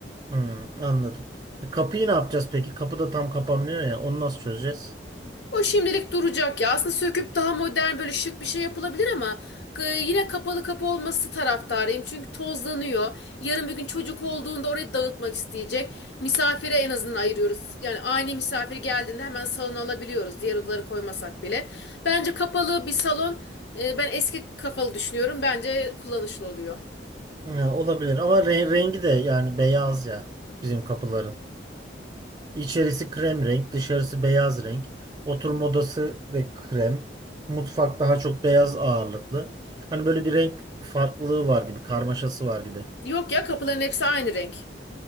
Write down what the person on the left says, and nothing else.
O şimdilik duracak ya. Aslında söküp daha modern böyle şık bir şey yapılabilir ama e, yine kapalı kapı olması taraftarıyım. Çünkü tozlanıyor. Yarın bir gün çocuk olduğunda orayı dağıtmak isteyecek. Misafire en azından ayırıyoruz. Yani aynı misafir geldiğinde hemen salona alabiliyoruz. Diğer odaları koymasak bile. Bence kapalı bir salon e, ben eski kafalı düşünüyorum. Bence kullanışlı oluyor.
Yok ya kapıların hepsi aynı renk.